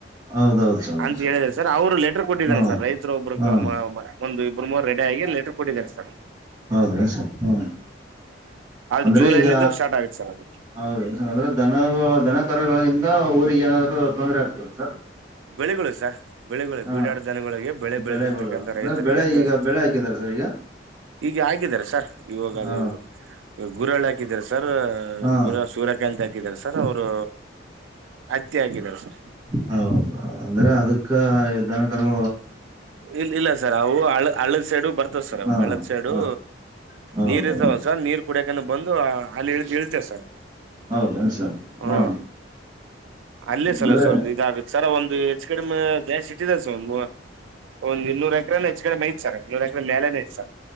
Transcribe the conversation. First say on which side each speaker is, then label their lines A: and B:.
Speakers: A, on the right; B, on the right.
A: ಹೌದೌದು ಸರ್ ಹೌದು
B: ಅಂತ ಹೇಳಿದ್ರ ಸರ್ ಅವರು ಲೆಟರ್ ಕೊಟ್ಟಿದಾರೆ
A: ಹ್ಞೂ
B: ಸರ್ ರೈತರು ಒಬ್ಬರು
A: ಹ್ಞೂ
B: ಒಂದು ಇಬ್ರು ಮೂರು ರೆಡಿ ಆಗಿ ಲೆಟರ್ ಕೊಟ್ಟಿದ್ದಾರೆ ಸರ್
A: ಹೌದ ಸರ್ ಹಾ
B: ಅದು
A: ಅಂದ್ರೆ
B: ಜುಲೈಲಿದ್ದು
A: ಈಗ
B: ಸ್ಟಾರ್ಟ್ ಆಗುತ್ತೆ ಸರ್ ಅದು
A: ಹೌದ ಸರ್ ಅಂದ್ರೆ ದನ ದನ ಕರುಗಳಗ ಊರಿಗೆ ಏನಾದ್ರು ತೊಂದ್ರೆ ಆಗ್ತದ ಸರ್
B: ಬೆಳಿಗಳು ಸರ್ ಬೆಳೆಗಳೊಳಗ್
A: ಹ
B: ಬೀಡಾಡ ದನಗಳಳಿಗೆ ಬೆಳೆ ಬೆಳೆದಿರ್ತಕ್ಕಂಥ
A: ಬೆಳೆಗಳು ಅಂದ್ರೆ
B: ರೈತರಿಗೆ
A: ಬೆಳೆ
B: ದತ್ತು
A: ಈಗ ಬೆಳೆ ಹಾಕಿದಾರ ಸರ್ ಈಗ
B: ಈಗ ಹಾಕಿದ್ದಾರೆ ಸರ್ ಇವಾಗ
A: ಹ
B: ಅದು ಗುರಾಳ ಹಾಕಿದಿದ್ದಾರೆ ಸರ್
A: ಹಾ
B: ಗುರು ಸೂರ್ಯಕಂತ ಹಾಕ ಸರ್ ಅವರು ಹತ್ತಿ ಹಾಕೀದ್ದಾರೆ ಸರ್
A: ಹಾ ಅಂದ್ರೆ ಅದಕ್ಕ ದನ ಕರು
B: ಇಲ್ಲ ಇಲ್ಲ ಸರ್ ಅವು ಹ ಹಳದ್ ಸೈಡು ಬರ್ತವ್ ಸರ್ ಅವು
A: ಹಾ
B: ಹಳದ್ ಸೈಡು
A: ಹ ಹೌದೌದು
B: ನೀರ್ ಇರ್ತಾವ ಸರ್ ನೀರ್ ಕುಡಿಯಕ ಬಂದು ಅಲ್ಲಿ ಇಲ್ಲಿತವೇ ಸರ್
A: ಹೌದ ಸರ್
B: ಹ್ಮ್
A: ಹಾ
B: ಅಲ್ಲೇ
A: ಅಂದ್ರೆ
B: ಸರ್ ಇದ ಸರ ಒಂದು ಹೆಚ್ಚ ಕಡೆಮ ಗ್ಯಾಸ್ ಇಟ್ಟಿದ ಸರ್ ಒಂದ ಒಂದ ಇನ್ನೂರು ಎಕರೆನ ಹೆಚ್ಚು ಕಡೆಮೆ ಐತ್ ಸರ್ ಇನ್ನೂರು ಎಕ್ರೆ ಐತ್ ಸರ್